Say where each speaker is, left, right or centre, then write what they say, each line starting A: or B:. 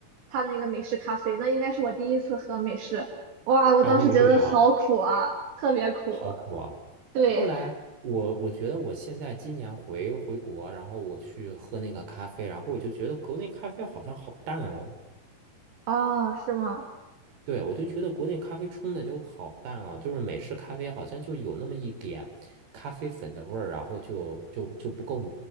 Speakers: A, on the right; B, on the right.
A: 他的那个美式咖啡，那应该是我第一次喝美式，哇，我当时觉得好苦啊，
B: 然后没睡着，
A: 特别苦。
B: 好苦啊！
A: 对，
B: 后来我我觉得我现在今年回回国，然后我去喝那个咖啡，然后我就觉得国内咖啡好像好淡哦。
A: 啊，是吗？
B: 对，我就觉得国内咖啡冲的都好淡啊，就是美式咖啡好像就有那么一点咖啡粉的味儿，然后就就就不够，